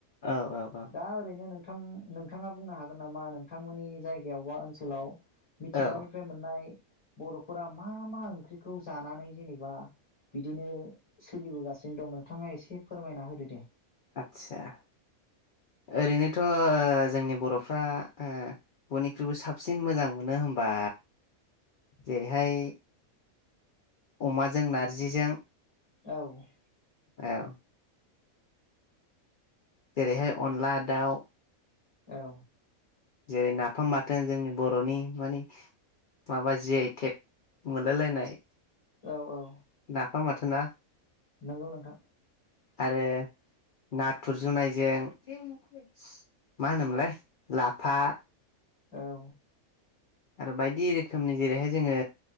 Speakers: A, on the left; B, on the left.
A: औ-औ-औ
B: दा ओरैनो नोंथां नोंथांङा बुंनो हागोन नामा नोंथांमोननि जायगायाव बा ओनसोलाव मिथिंगानिफ्राय
A: औ
B: मोननाय बरफोरा मा-मा ओंख्रिखौ जानानै जेनेबा बिदिनो सोलिबोगासिनो दं नोंथांङा एसे फोरमायना होदो दे
A: आतसा ओरैनोथ ओ जोंनि बरफ्रा बयनिख्रुइबो साबसिन मोजां मोनो होनबा जेरैहाय अमाजों नारजिजों
B: औ
A: औ जेरैहाय अनला दाउ
B: औ
A: जेरै नाफाम बाथोन जोंनि बरनि माने माबा जियाइ थेक मोनलायलायनाय।।
B: औ-औ
A: नाफाम बाथोना
B: नोंगौ नोंथां
A: आरो नाथुर जुनायजों मा होनोमोनलाय लाफा।
B: औ
A: आरो बायदि रोखोमनि जेरैहाय जोंङो